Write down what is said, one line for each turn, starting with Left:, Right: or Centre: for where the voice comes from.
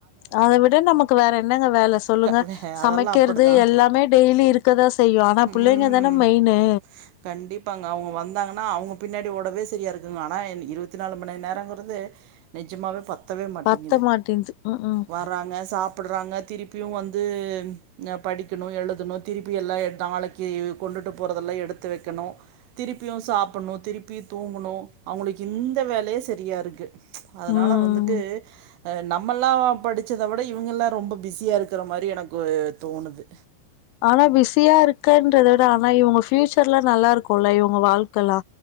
Left: அத விட நமக்கு வேற என்னங்க வேல சொ சொல்லுங்க
Right: க வே-
Left: சமைக்கிறது
Right: அதெல்லாம் அப்படிதான்
Left: எல்லாமே டெய்லி இருக்கதா செய்யு ஆனா பிள்ளைங்க
Right: ம்
Left: தான மெய்னு
Right: கண்டிப்பாங்க அவங்க வந்தாங்கன்னா அவங்க பின்னாடி ஓடவே சரியா இருக்குங்க ஆனா என் இருவத்தி நாலு மணி நேரங்கிறது நெஜமாவே பத்தவே மாட்டேங்குது
Left: பத்த மாட்டேன்து ம் ம்
Right: வர்றாங்க சாப்ட்றாங்க திருப்பியு வந்து நா படிக்கணு எழுதணு திருப்பி எல்லா எ நாளைக்கு கொண்டுட்டு போறதெல்லா எடுத் த்து வக்கணு திருப்பியு சாப்பிட்ணு திருப்பியு தூங்கணு அவங்களுக்கு இந்த வேலையே சரியா இருக்கு அதனால
Left: ம்
Right: வந்துட்டு அ நம்மல்லா படிச்சத விட இவ்ங்கெல்லா ரொம்ப பிஸியா இருக்கிற மாரி எனக்கு தோணுது
Left: ஆனா பிஸியா இருக்கன்றத விட ஆனா இவங்க ஃபியூச்சர்லா நல்லா இருக்குல்ல இவுங்க வாழ்க்கல்லா